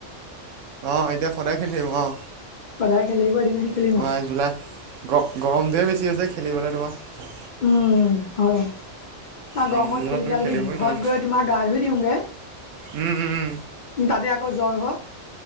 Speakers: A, on the right; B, on the left.
A: অ এতিয়া সদায় খেলি থাকিব অ।
B: সদায় খেলি থাকিব এদিন আহি খেলিম
A: তোমাৰ
B: আ
A: জুলাই গ গৰমটোহে বেছি হৈছে খেলিবলে তোমাৰ।
B: উম হয়। ন
A: গৰমটোত
B: গৰমত খেলি
A: তুমি
B: পেলাই
A: খেলিবই
B: যদি ঘৰত
A: নোৱাৰা
B: গৈ তোমাক গা ধুই দিওঁঙ গে।
A: উম উম
B: তাতে আকৌ জ্বৰ হওক।